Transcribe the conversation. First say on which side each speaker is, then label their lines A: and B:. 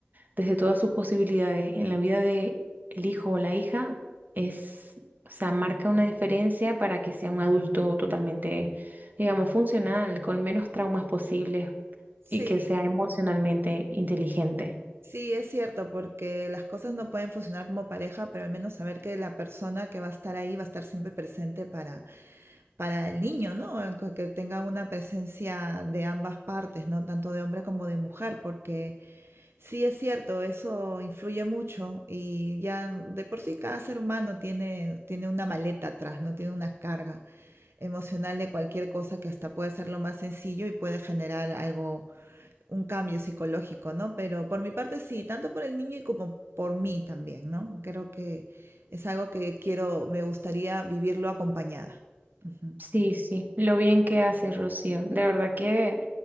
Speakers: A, on the right (about 50°); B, on the right (about 80°).
A: desde todas sus posibilidades en la vida de el hijo o la hija es, o sea, marca una diferencia para que sea un adulto totalmente, digamos, funcional, con menos traumas posibles
B: Sí,
A: y que sea emocionalmente inteligente.
B: Sí, es cierto, porque las cosas no pueden funcionar como pareja, pero al menos saber que la persona que va a estar ahí va a estar siempre presente para, para el niño, ¿no? El Que que tenga una presencia de ambas partes, ¿no? Tanto de hombre como de mujer, porque sí es cierto, eso influye mucho y ya de por sí cada ser humano tiene, tiene una maleta atrás, ¿no? Tiene una carga emocional de cualquier cosa que hasta puede ser lo más sencillo y puede generar algo un cambio psicológico, ¿no? Pero por mi parte sí, tanto por el niño y como por mí también, ¿no? Creo que es algo que quiero, me gustaría vivirlo acompañada. Ujú.
A: Sí, sí, lo bien que haces, Rocío. De verdad que